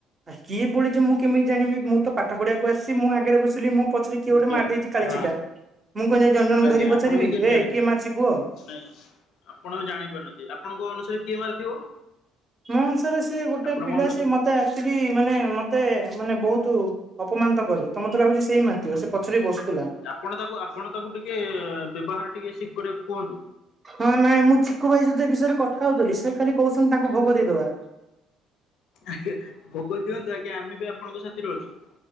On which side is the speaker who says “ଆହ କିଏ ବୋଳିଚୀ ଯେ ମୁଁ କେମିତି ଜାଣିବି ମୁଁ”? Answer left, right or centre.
Right